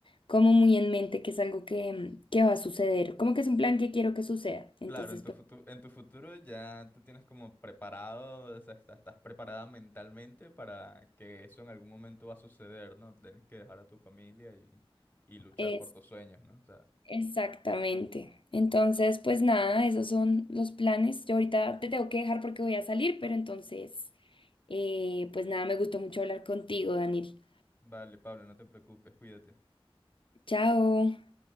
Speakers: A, on the left; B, on the left.
A: como muy en mente que es algo que, em, que va a suceder, como que es un plan que quiero que suceda, entonces
B: Claro, en tu futuro, en tu futuro ya tú tienes como preparado, o sea, estás, estás preparada mentalmente para que eso en algún momento va a suceder, ¿no? Tienes que dejar a tu familia y, y luchar
A: pues...
B: por tus sueños, ¿no? O sea,
A: Exactamente. Entonces, pues nada, esos son los planes. Yo ahorita te tengo que dejar porque voy a salir, pero entonces, eh, pues nada, me gustó mucho hablar contigo, Daniel.
B: vale, Pablo, no te preocupes, cuídate.
A: Chao.